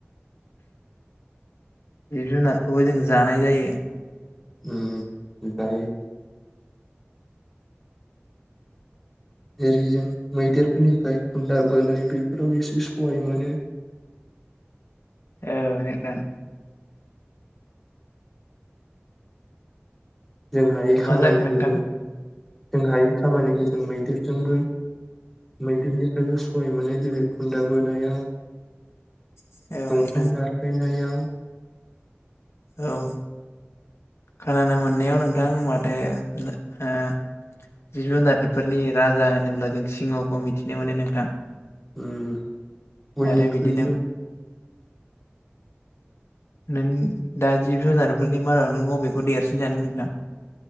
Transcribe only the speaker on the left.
जिब जुनारखौबो जों जानाय जायो
औ नोंथां
मा जाखो नोंथां
औ
नोंथां
औ खोनानो मोननायाव नोंथां माथो ओ जिब जुनारफोरनि राजा होनोब्ला जों सिंहखौ मिथिनो मोनो नोंथां
आरो बिदिनो नों दा जिब जुनारफोरनि मादाव नों बबेखौ देरसिन सानो नोंथां